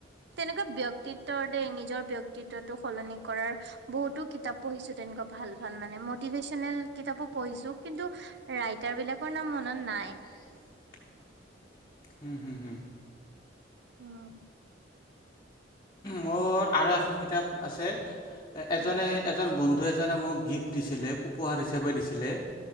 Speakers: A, on the right (about 60°); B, on the left (about 25°).
A: তেনেকুৱা ব্যক্তিত্বৰ দেই নিজৰ ব্যক্তিত্বটো সলনি কৰাৰ বহুতো কিতাপ পঢ়িছো তেনেকুৱা ভাল-ভাল মানে মটিভেচনেল কিতাপো পঢ়িছো কিন্তু ৰাইটাৰ এবিলাকৰ নাম মনত নাই।
B: <unintelligible> উম উম উম।
A: অ',
B: মোৰ আৰু এখন কিতাপ আছে এজনে
A: উম
B: এজন বন্ধু এজনে মোক গিফ্ট দিছিলে উপহাৰ হিচাপে দিছিলে